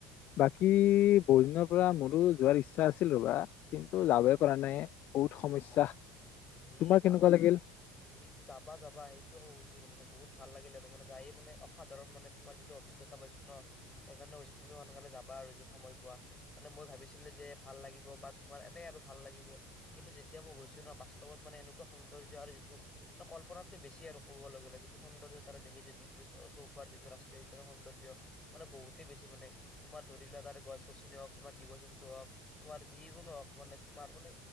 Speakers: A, on the left; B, on the left.
A: বাকী বহুদিনৰ পৰা মোৰো যোৱাৰ ইচ্ছা আছিল ৰবা কিন্তু যাবই পৰা নাই বহুত সমস্যা।
B: এ
A: তোমাৰ
B: যাবা
A: কেনেকুৱা
B: যে
A: লাগিল
B: এই যাবা যাবা সেইটোয়ে কব খুজিছিলোঁ মানে বহুত ভাল লাগিলে আৰু মানে যায়ে মানে অসাধাৰণ মানে তোমাৰ যিটো অভিজ্ঞতা পাইছো ন সেইকাৰণে কৈছো তুমি সোনকালে যাবা আৰু যেন সময় পোৱা মানে মই ভাবিছিলো যে ভাল লাগিব বা তোমাৰ এনে আৰু ভাল লাগিব কিন্তু যেতিয়া মই গৈছো ন বা। ত মানে এনেকুৱা সৌন্দৰ্য্য আৰু যিটো মানে কল্পনাতকে বেছি আৰু ক'বলৈ গ'লে যিটো সৌন্দৰ্য্য তাৰে দেখিছোঁ ডিব্ৰু চৈখোৱাৰ যিটো ৰাষ্ট্ৰীয় উদ্যানৰ সৌন্দৰ্য্য মানে বহুতেই বেছি মানে তোমাৰ ধৰি লোৱা তাৰে গছ গছনি হওক তোমাৰ জীৱ জন্তু হওক তোমাৰ যিকোনো হওক মানে তোমাৰ মানে